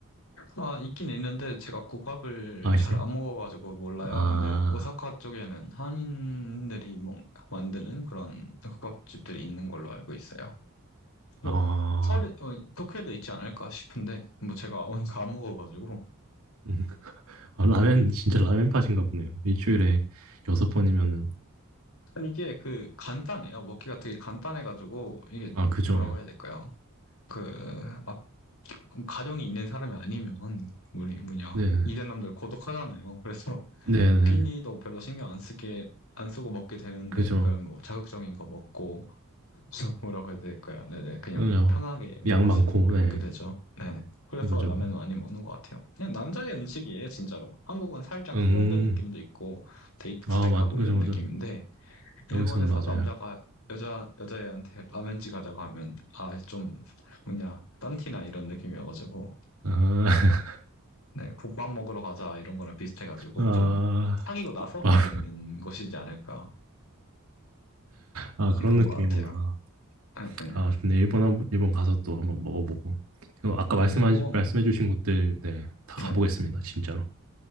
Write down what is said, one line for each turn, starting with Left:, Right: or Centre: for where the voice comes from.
Left: 아, 있긴 있는데 제가 국밥을
Right: 아
Left: 잘
Right: 있어요?
Left: 안 먹어가지고 몰라요.
Right: 아,
Left: 근데 오사카 쪽에는 한인들이 뭐 만드는 그런 국밥집들이 있는 걸로 알고 있어요. 뭐
Right: 아,
Left: 서울에 어, 도쿄에도 있지 않을까 싶은데 뭐 제가 <laughs> 오늘 안 먹어가지고
Right: 음. 아, 라멘 진짜 라멘 팟인가 보네요. 일주일에 여섯 번이면은
Left: 아니, 이게 그 간단해요. 먹기가 되게 간단해가지고 이게
Right: 아 그죠?
Left: 뭐라고 해야 될까요? 그 막 가정이 있는 사람이 아니면 우리 뭐냐
Right: 네,
Left: 이대남들 고독하잖아요. 그래서
Right: 네, 네,
Left: 끼니도 별로 신경 안 쓰게 안 쓰고 먹게 되는데
Right: 그죠?
Left: 그럼 뭐 자극적인 거 먹고 <laughs> 뭐라고 해야 될까요? 네네 그냥
Right: 어,
Left: 편하게 먹을
Right: 양 많고
Left: 수 있는 거를
Right: 네,
Left: 먹게 되죠. 네 그래서
Right: 네, 그죠?
Left: 라면은 많이 먹는 것 같아요. 그냥 남자의 음식이에요 진짜로. 한국은 살짝
Right: 음,
Left: 세련된 느낌도 있고 데이트
Right: 아
Left: 때 가고
Right: 맞, 그죠,
Left: 이런 느낌인데
Right: 그죠.
Left: 일본에서
Right: 여기서는 맞아요.
Left: 남자가 여자 여자애한테 라면집 가자고 하면 아 좀 뭐냐 딴티나 이런 느낌이어가지고
Right: 아, <laughs>
Left: 네 국밥 먹으러 가자 이런 거랑 비슷해가지고
Right: 아,
Left: 좀 사귀고 나서
Right: 국밥.
Left: 갈 수 있는 것이지 않을까
Right: 아 그런
Left: 그런
Right: 느낌이구나.
Left: 것 같아요. 예, 예.
Right: 아, 좋네. 일본 한, 번- 일본 가서 또 한번 먹어보고. 이거 아까 말씀
Left: 네, 일본,
Right: 말씀해주신 곳들, 네, 다
Left: 네.
Right: 가보겠습니다. 진짜로.